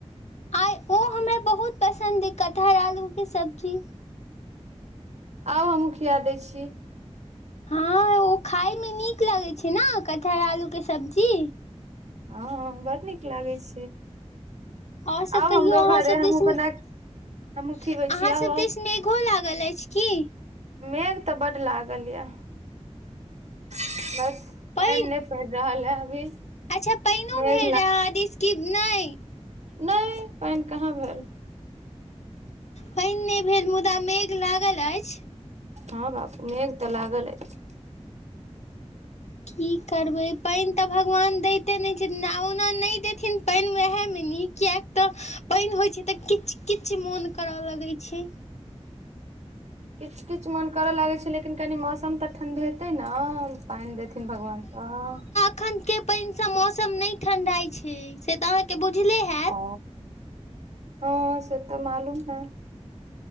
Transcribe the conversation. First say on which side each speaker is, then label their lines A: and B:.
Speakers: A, on the left (about 75°); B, on the right (about 75°).
A: आइ ओ हमरा बहुत पसन्द अइ कठहर आलूके सब्जी
B: आउ हमहु खिया दै छी
A: हँ ओ खायमे नीक लगै छै न कटहर आलूके सब्जी
B: हँ बड नीक लागै छै
A: और सब
B: आउ
A: कहियौ
B: हमरो
A: अहाँ
B: घरे
A: सब
B: हमहु
A: दिस
B: बना हमहु खीबै
A: अहाँ
B: छी
A: सब
B: आउ आउ
A: दिस मेघो लागल अइछ की
B: मेघ तऽ बड्ड लागल यऽ बस
A: पानि
B: पाइन नहि पैड़ रहल है अभी
A: अच्छा पाइनो
B: मेघ
A: भेल रहै अहाँ दिस कि नइ
B: नइ पानि कहाँ भेल
A: पानि नहि भेल मुदा मेघ लागल अछि
B: हँ बाप मेघ तऽ लागल अछि
A: की करबै पाइन तऽ भगवान दैते नहि छथिन आ ओना नइ देथिन पाइन वएह मे नीक कियाकि तऽ पाइन होइ छै तऽ किचकिच मोन करऽ लगै छै
B: किच किच मोन करय लागै छै लेकिन कनि मौसम तऽ ठण्ढेतै न पाइन देथिन भगवान तऽ
A: अखन के पाइनसँ मौसम नइ ठण्डाइ छै से तऽ अहाँके बुझले हैत
B: ओ हँ से तऽ मालूम है